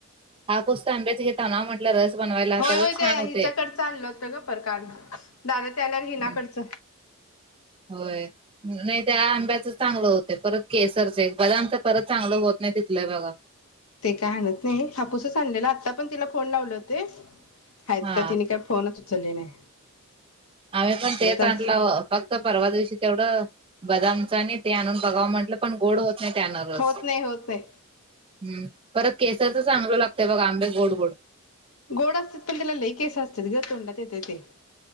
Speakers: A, on the right; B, on the left.
A: हापूस आंब्याच <unintelligible> त्यांना म्हटलं रस बनवायला
B: होय
A: त्याला
B: होय
A: छान
B: ते
A: होते
B: हिच्याकडचं आणलं होत <unintelligible> दादा ते आल्यावर हिनाकडच
A: हं, होय नाही त्या आंब्याच चांगलं होतय परत केसरच एक बदामच परत चांगलं होत नाही तिथल्या बघा
B: ते काय आणत नाही हापूसच आणलेला आता पण तिला फोन लावले होते. हाएत
A: हा
B: का तिने काय फोनच उचलली नाही.
A: आम्ही पण
B: असलं
A: तेेच
B: तर
A: आणल फक्त परवा दिवशी तेवढं बदामचा आणि ते आणून बघावं म्हंटलं पण गोड होत. नाही त्यानं रस
B: होत नाही होत नाही.
A: हम्म परत केसरचं चांगलं लागतय बघा आंबे गोड गोड
B: गोड असतीत पण तिला लई केस असतेत ग तोंडात येतय ते.